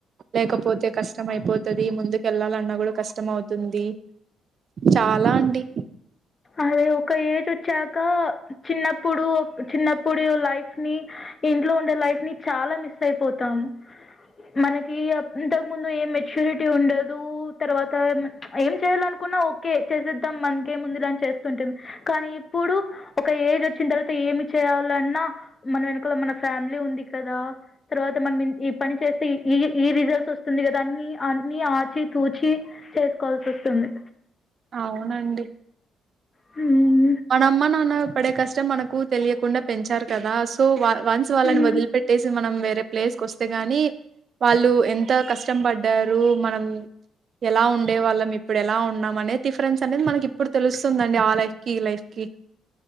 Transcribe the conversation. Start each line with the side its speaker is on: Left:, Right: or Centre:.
Right: లేకపోతే కష్టం అయిపోతది. ముందుకు ఏళ్ళాలన్నా కూడా కస్టమవుతుంది. చాలా అండి.
Left: అదే ఒక ఏజ్ వచ్చాక చిన్నప్పుడు, చిన్నప్పుడి లైఫ్ నీ ఇ డ్లోడే లైఫ్ ని చాలా మిస్ అయిపోతాము. మనకి యప్ ఇంతకు ముందు ఏం మెచ్యూరిటీ ఉండదు. తర్వాత ఏం చేయాలన్ కున్న ఓకే చేసేద్దాం మనకెముందు లంచ్ చేస్తుటిమ్ కానీ ఇప్పుడు ఒక ఏజ్ వచ్చిన తర్వాత ఏమి చేయాలన్నా మన వెనకాలమ్ మన ఫ్యామిలీ ఉంది కదా, తర్వాత మనం ఈ పని చేస్తే ఈ ఈ రిజల్ట్స్ వస్తుంది. కదా అన్ని అన్ని ఆచి తూచి చేసుకోవాల్సి వస్తుంది.
Right: అవునండి.
Left: హుమ్
Right: మన అమ్మ నాన్న పడే కష్టం మనకుత్ తెలియకుండా పెంచారు కదా సో వ వన్స్ వాళ్ళని
Left: ఉమ్,
Right: వదిలిపెట్టేసి మనం వేర్ రే ప్లేస్ కి వస్తే గాని వాళ్ళు ఎంత కష్టం పడ్డారు మనం ఎలా ఉండే వాళ్ళం ఇప్పుడు ఎలా ఉన్నాం. అనేది డిఫరెన్స్ అనేది మనకి ఇప్పుడు తెలుస్తుందండి. ఆ లైఫ్ కి లైఫ్కీ